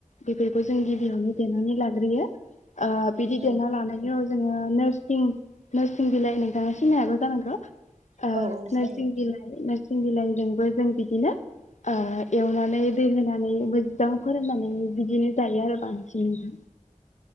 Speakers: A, on the left; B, on the right.
A: बेफोरखौ जों गिबियावनो देनानै लाग्रोयो। ओ बिदि देना
B: औ
A: लानायनि अ जोङो नोर सिं नोरसिं बिलाइ नोंथाङा सिना हागौ जानांगौ ओ
B: औ औ सिनायो
A: नोरसिं बिलाइ नोर सिं बिलाइजोंबो जों बिदिनो ओ एवनानै दै होनानै मोजां फोरोंनानै बिदिनो जायो आरो बांसिन नोंथां।